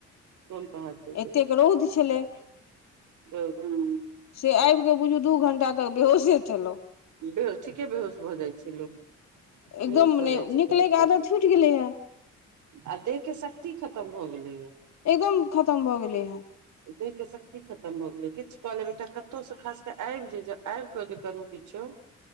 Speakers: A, on the right (about 75°); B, on the left (about 60°).
A: कोन पहाड़ तोड़ देलियै।
B: एतेक रौद छलै
A: <unintelligible>
B: से आबि कऽ बुझू दू घंटा तक बेहोशे छलौं
A: इ- हेए ठीके बेहोश भऽ जाइ छैं लोक
B: एकदम
A: बेहोस भऽ
B: नहि
A: तेहन
B: निकलैके
A: कऽ
B: आदत
A: नै
B: छुटि गेलै हे
A: आ देहके शक्ति खत्म भऽ गेलैया
B: एकदम खत्म भऽ गेलै हँ
A: देहके शक्ति खत्म भऽ गेलै किछु कऽ लेब एकटा कतहु सऽ खास कऽ आबि जा-आबि कऽ जे करू किछो